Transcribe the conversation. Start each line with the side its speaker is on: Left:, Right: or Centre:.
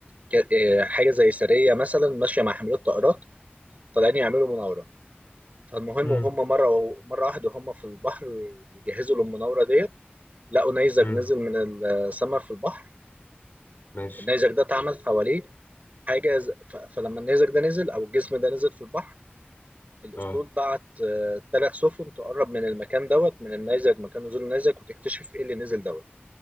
Right: ك- آه، حاجه زي سريه مثلا ماشيه مع حاملات طائرات طالعين يعملوا مناوره فالمهم
Left: امم
Right: وهم مره مره واحده هم في البحر بيجهزوا للمناوره ديت لقوا نيزك
Left: امم
Right: نزل من السماء في البحر
Left: ماشي
Right: النيزك ده اتعمل حواليه حاجه ز- ف- فلما النيزك ده نزل او الجسم ده نزل في البحر الأسطول
Left: اه
Right: بعت ثلاث سفن تقرب من المكان دوت من النيزك مكان نزول النيزك وتكتشف إيه اللي نزل دوت